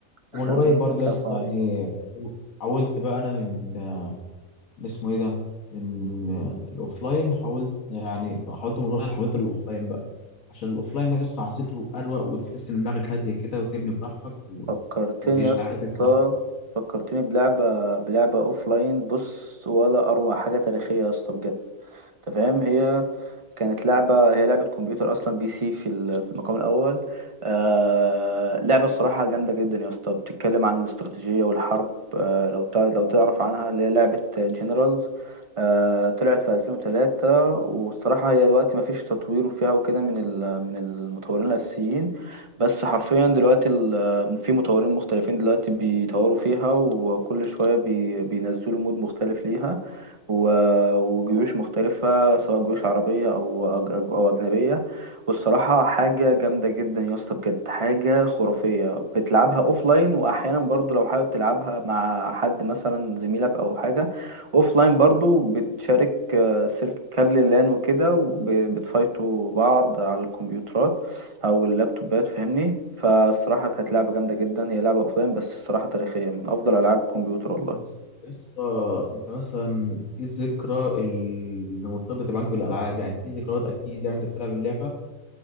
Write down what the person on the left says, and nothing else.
ومن قريب برضه يا
اسطى
يعني حولت بقى انا من من اسمه ايه ده من الاوفلاين حولت يعني حولت من الاونلاين حولت للاوفلاين بقى عشان الاوفلاين يا اسطى حسيته اروق وتحس ان دماغك هاديه كده وتبني براحتك و-
وتعيش
حياتك براحتك
بس يا اسطى انت مثلا ايه الذكرى اللي مرتبطه معاك بالالعاب يعني في ذكريات اكيد يعني انت بتلعب اللعبه